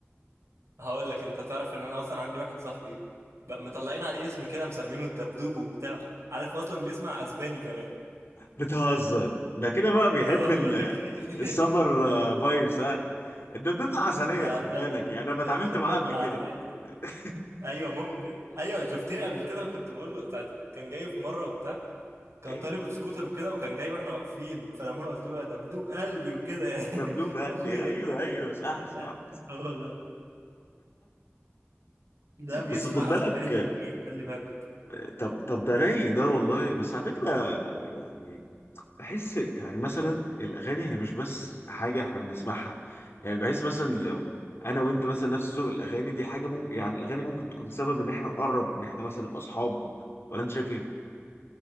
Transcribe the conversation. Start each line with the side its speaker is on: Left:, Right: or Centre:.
Right: هقول لك انت تعرف ان انا اصلا عندي واحد صاحبي بقى مطلعين عليه اسم كده مسمينه الدبدوب وبتاع عارف اصلا بيسمع اسباني كمان
Left: بتهزر ده كده بقى بيحب
Right: <laughs> آه والله
Left: ال-
Right: <laughs>
Left: السمر آه، فايبس ها الدبدوب عسلية
Right: ده
Left: خد
Right: ده
Left: بالك يعني انا اتعاملت
Right: ده ده
Left: معاه
Right: دماغه
Left: قبل كده
Right: عالي
Left: <laughs>
Right: ايوه ممكن ايوه شفتني قبل كده كنت بقول له ساعة كان جاي في مره وبتاع كان
Left: أيوة،
Right: طالب سكوتر وكده وكان جاي واحنا واقفين فلما انا قلت له ده بدوب قلبي وكده يعني
Left: دبدوب
Right: <laughs>
Left: قلبي
Right: ده اخويا ده
Left: ايوه
Right: كده كده
Left: ايوه صح صح
Right: هو ده ده بيسمع
Left: بس خد بالك
Right: اسباني وميت خلي بالك
Left: آه، طب طب ده رايق ده والله بس على فكرة يعني بحس يعني مثلا الاغاني هي مش بس حاجة احنا بنسمعها يعني بحس مثلا لو انا وانت مثلا نفس ذوق الاغاني دي حاجة ممكن يعني الاغاني ممكن تكون سبب ان احنا نقرب ان احنا مثلا نبقى اصحاب ولا انت شايف ايه؟